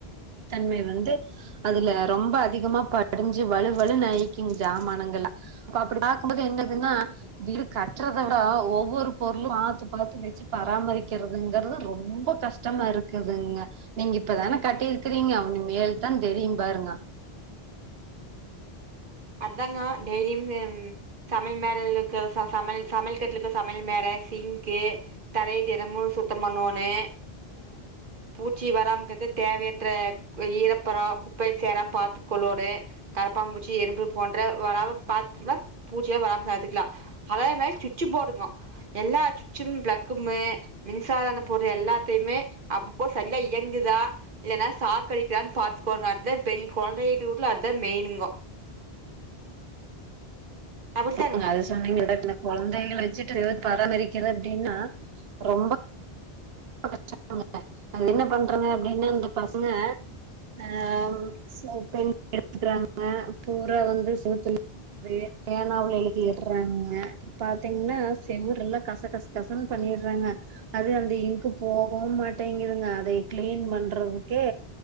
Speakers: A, on the right; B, on the right.
A: தன்மை வந்து அதுல ரொம்ப அதிகமா படிஞ்சு வலுவலுனு ஆய்க்குங் ஜாமானங்களா அப்ப அப்டி பாக்கும் போது என்னதுன்னா வீடு கட்றத விட ஒவ்வொரு பொருளும் பாத்து பாத்து வச்சு பராமரிக்கிறதுங்கறது ரொம்ப கஷ் டமா இருக்குதுங்க நீங்க இப்பதான கட்டியிருக்கிறீங்க இனு மேல் தா தெரியும் பாருங்க
B: அதாங்க டெய்லியும் ம் சமையல் மேடைலளுக்கு சமையல் சமையல் கட்லுக்கு சமையல் மேட சிங்க்கு தரைய தினமும் சுத்தம் பண்ணோன்னு பூச்சி வராமங்கக்கு தேவையற்ற ஈரப்புறம் குப்பை சேரா பாத்துக்கொள்ளோனு கரப்பாம்பூச்சி எரும்பு போன்ற வராம பாத்துகுன்னா பூச்சியே வராம பாத்துக்கலாம் அதே மாரி சுச்சு போடணும் எல்லா சுச்சும் ப்ளக்குமு மின்சாதன பொருள் எல்லாத்தையுமே அப்பப்போ சரியா இயங்குதா இல்லைன்னா சாக்கடிக்கிதான்னு பாத்துக்கோனு அத தான் பெரிய குழந்தை இருக்றவீட்ல அதான் மெயினுங்கொ அப்டித்தானுங்க
A: ஆமாங்க அது சொன்னீங்க <unintelligible> குழந்தைகள வச்சுட்டு பராமரிக்கிற அப்டின்னா ரொம்ப <unintelligible> அ என்ன பண்றங்க அப்படின்னா இந்த பசங்க ஆ <unintelligible> எடுக்கறாங்க பூரா வந்து <unintelligible> வே பேனாவுல எழதிடுறாங்க பாத்தீங்கன்னா செவர்லாம் கச கச கசன்னு பண்ணிறாங்க அது அந்த இங்க் போகவும் மாட்டேங்குதுங்க அதை கிளீன் பண்றதுக்கே